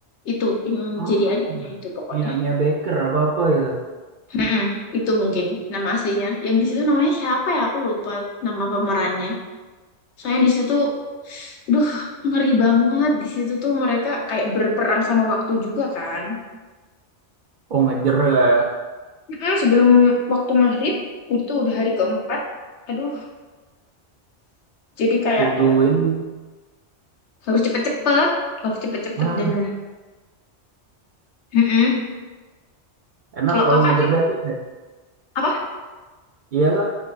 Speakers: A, on the left; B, on the right.
A: Itu yang
B: Ah,
A: jadi adiknya itu pokoknya.
B: Mia, Mia Baker apa-apa itu.
A: Mm-mm. Itu mungkin nama aslinya. Yang di situ namanya siapa ya? Aku lupa nama pemerannya. Saya di situ, duh, ngeri banget. Di situ tuh mereka kayak berperang sama waktu juga kan.
B: Oh, ngejer ya.
A: Mm-mm, sebelum waktu maghrib, itu udah hari keempat. Aduh, jadi kayak
B: Kudu
A: ya
B: ini.
A: harus cepet-cepet, harus cepet-cepet
B: Ah,
A: dan mm-mm.
B: enak
A: Kalau
B: kalau
A: kakak
B: ngejar
A: nih
B: deadline. ya.
A: apa?
B: Iya, Kak.